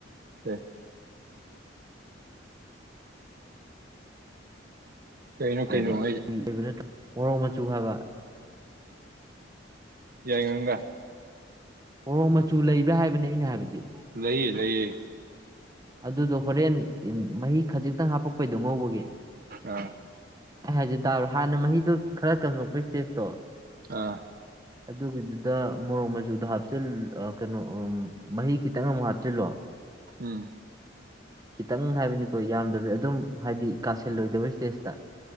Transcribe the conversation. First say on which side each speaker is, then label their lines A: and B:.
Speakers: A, on the right; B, on the right.
A: ꯑꯦ ꯀꯩꯅꯣ
B: ꯀꯩ
A: ꯀꯩꯅꯣ
B: ꯍꯥꯏꯕꯨꯏꯕ
A: ꯑꯩ
B: ꯅꯠꯇ꯭ꯔ ꯃꯣꯔꯣꯛ ꯃꯆꯨ ꯍꯥꯏꯕ
A: ꯌꯥꯏꯉꯪꯒ
B: ꯃꫭꯔꫭꯛ ꯃꯆꯨ ꯂꯩꯕ꯭ꯔꯥ ꯍꯥꯏꯕꯅꯦ ꯑꯩꯅ ꯍꯥꯏꯕꯗꯤ
A: ꯂꯩꯏꯌꯦ ꯂꯩꯌꯦ
B: ꯑꯗꯨꯗꯣ ꯍꯣꯔꯦꯟ ꯃꯍꯤ ꯈꯖꯤꯛꯇꯪ ꯍꯥꯄꯛꯄꯩꯗꯣ ꯉꯧꯕꯒꯤ
A: ꯑꯥ
B: ꯑꯩ ꯍꯥꯏꯖ ꯇꯥꯕ꯭ꯔꯥ ꯍꯥꯟꯅ ꯃꯍꯤꯗꯣ ꯈꯔ ꯀꯪꯉꯛꯄꯒꯤ ꯏꯁꯇꯦꯖꯇꯣ
A: ꯑꯥ
B: ꯑꯗꯨꯒꯤꯗꯨꯗ ꯃꯣꯔꯣꯛ ꯃꯆꯨꯗꯣ ꯍꯥꯞꯆꯤꯜ ꯑꯥ ꯀꯩꯅꯣ ꯑꯝ ꯃꯍꯤ ꯈꯤꯇꯪ ꯑꯃꯨꯛ ꯍꯥꯞꯆꯤꯜꯂꯣ
A: ꯎꯝ
B: ꯈꯤꯇꯪ ꯍꯥꯏꯕꯅꯤꯀꯣ ꯌꯥꯝꯗꯕꯤ ꯑꯗꯨꯝ ꯍꯥꯏꯗꯤ ꯀꯥꯁꯤꯜꯂꯣꯏꯗꯕ ꯏꯁꯇꯦꯖꯇ